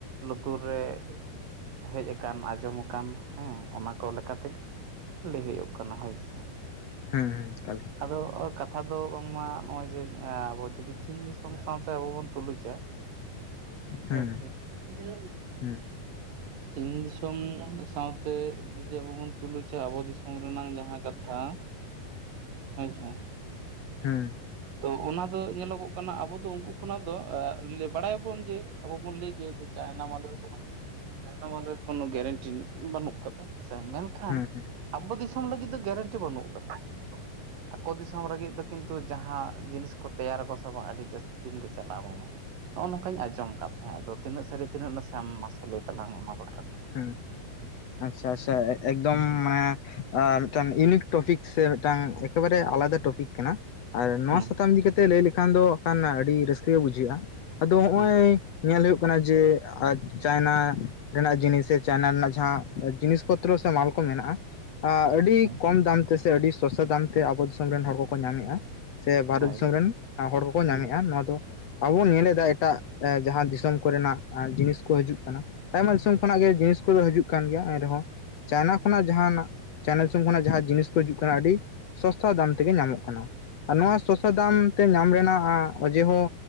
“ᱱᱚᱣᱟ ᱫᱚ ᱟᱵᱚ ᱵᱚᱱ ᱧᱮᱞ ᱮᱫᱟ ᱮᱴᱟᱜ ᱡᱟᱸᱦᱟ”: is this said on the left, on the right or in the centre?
Left